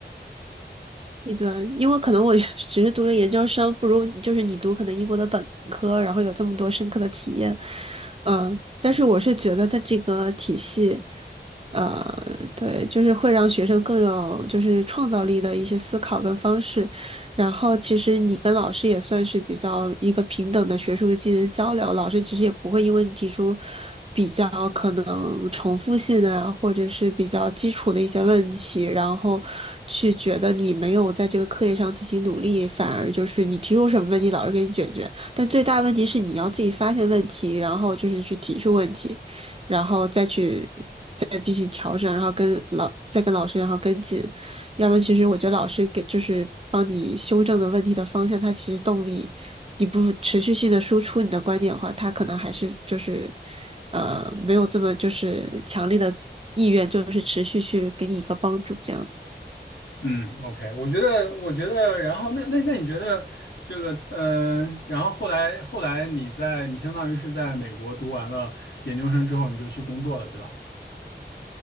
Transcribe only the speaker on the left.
嗯，OK，我觉得，我觉得，然后那那那你觉得这个，嗯、然后后来后来你在你相当于是在美国读完了研究生之后，你就去工作了，对吧？